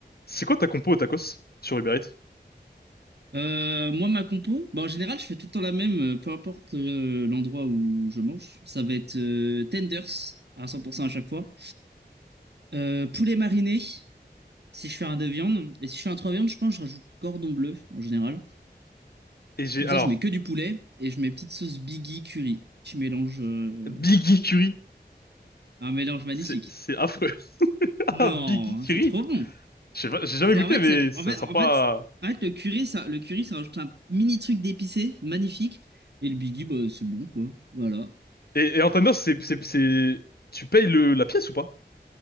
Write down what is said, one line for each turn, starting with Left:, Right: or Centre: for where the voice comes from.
Left: C'est quoi ta compo au tacos sur Uber Eats?
Right: Euh, moi, ma compo, bah, en général, je fais tout le temps la même, euh, peu importe euh, l'endroit où je mange. Ça va être euh, tenders à 100% à chaque fois. Euh, poulet mariné, si je fais un deux viandes. Et si je fais un trois viandes, je pense que je rajoute cordon bleu en général.
Left: Et j'ai
Right: Comme
Left: alors
Right: ça, je mets que du poulet et je mets petite sauce Biggie curry. Tu mélanges euh,
Left: Biggie Curry,
Right: un mélange magnifique.
Left: c'est c'est affreux. <laughs>
Right: Non,
Left: Ah Biggie Curry,
Right: c'est trop bon.
Left: je sais pas, j'ai jamais
Right: C'est
Left: goûté
Right: en fait,
Left: mais
Right: ça-
Left: ça
Right: en fait,
Left: sent
Right: en
Left: pas.
Right: fait, en fait, le curry, ça, le curry, ça rajoute un mini truc d'épicé magnifique. Et le Biggie, bah, c'est bon, quoi. Voilà.
Left: Et, et en tendance, c'est c'est c'est tu payes le la pièce ou pas?